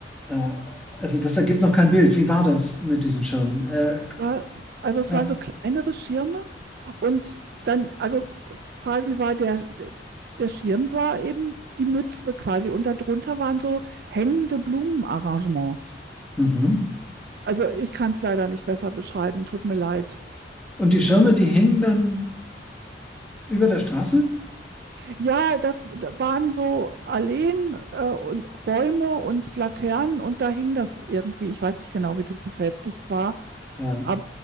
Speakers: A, in the centre; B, on the right.
A: äh, also das ergibt noch kein Bild. Wie war das mit diesen Schirmen? Äh,
B: ja, also es
A: ja.
B: waren so kleinere Schirme und dann also quasi war der d der Schirm war eben die Mütze quasi und da drunter waren so hängende Blumenarrangements.
A: Mhm.
B: Also, ich kann es leider nicht besser beschreiben, tut mir leid.
A: Und die Schirme, die hingen dann über der Straße?
B: Ja, das da waren so Alleen äh, und Bäume und Laternen und da hing das irgendwie. Ich weiß nicht genau, wie das befestigt war,
A: Ja,
B: aber